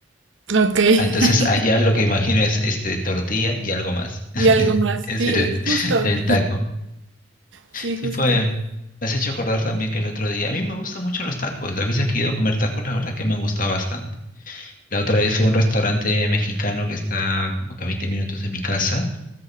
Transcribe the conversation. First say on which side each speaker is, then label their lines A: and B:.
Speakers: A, on the right; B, on the left.
A: Ok.
B: Ah, entonces
A: <laughs>
B: allá lo que imagino es este tortilla y algo más. <laughs>
A: Y algo más.
B: Es
A: Sí,
B: el,
A: justo.
B: el taco.
A: Sí,
B: Sí
A: justo.
B: fue. Me has hecho acordar también que el otro día, a mí me gustan mucho los tacos. Las veces que he ido a comer tacos, la verdad que me han gustado bastante. La otra vez fui a un restaurante mexicano que está como que a 20 minutos de mi casa